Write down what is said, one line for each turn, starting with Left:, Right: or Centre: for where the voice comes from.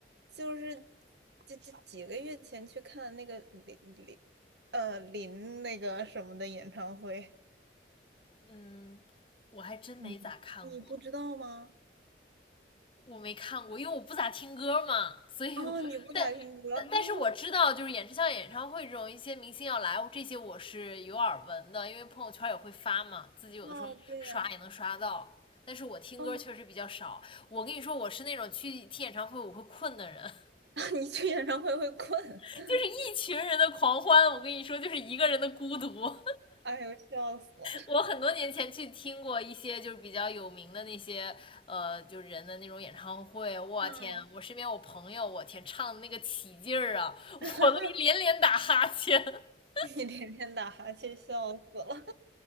Right: 就是这这几个月前去看那个林林，呃，林那个什么的演唱会，
Left: 嗯，我还真没咋看过。
Right: 嗯，你不知道吗？
Left: 我没看过，因为我不咋听歌嘛，所以
Right: 啊，你不咋听歌，
Left: 但但但是我知道，
Right: <laughs>
Left: 就是演唱像演唱会这种一些明星要来，这些我是有耳闻的，因为朋友圈也会发嘛，自己有的时候刷也能刷到。
Right: 啊，对呀，
Left: 但是我听歌确实比较少。
Right: 嗯，
Left: 我跟你说，我是那种去听演唱会我会困的人，
Right: <laughs> 你去演唱会会困，
Left: <laughs>
Right: <laughs>
Left: 就是一群人的狂欢，我跟你说就是一个人的孤独。
Right: 哎呦，笑死了。
Left: 我很多年前去听过一些就是比较有名的那些呃，就是人的那种演唱会，我天啊！
Right: 嗯，
Left: 我身边我朋友，我天，唱的那个起劲儿啊，<laughs>
Right: <laughs>
Left: 我都连连打哈欠，<laughs>
Right: 你天天打哈欠，笑死了。